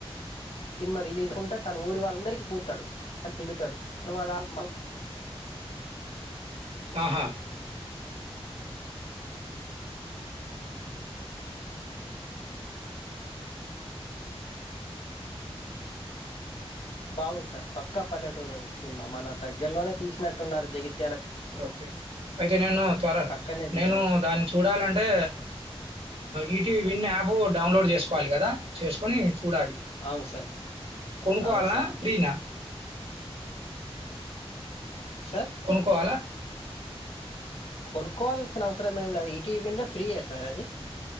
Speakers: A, on the left (about 75°); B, on the right (about 65°).
A: సినిమా రిలీజ్ ఉంటే తన ఊరి వాళ్ళందరికీ చూతాడు అని తిడుతాడు మనవాడు
B: ఆహా
A: బాగుంది సార్ పక్కా పల్లెటురుంది సినిమా మన దగ్గరలోనే తీసినట్టున్నారు జగిత్య
B: ఓకే అయితే నేను త్వర
A: అక్కడనే తీశాడు
B: నేను దాన్ని చూడాలంటే ఈటి విన్ యాప్ డౌన్లోడ్ చేసుకోవాలి కదా చేసుకోని చూడాలి
A: అవును సార్
B: కొనుకోవాలనా
A: అవును సార్
B: ఫ్రీనా
A: సార్
B: కొనుక్కోవాలా
A: కొనుక్కోవాల్సిన అవసరం ఏం లేదు ఈటీవీ విన్ లో ఫ్రీయే సార్ అది